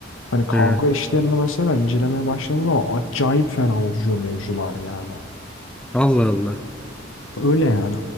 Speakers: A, on the left; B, in the centre.
A: Hani kavga
B: He.
A: işlerini mesela incelemeye başladığım zaman acayip fena uzuyor mevzular yani.
B: Allah Allah.
A: Öyle yani.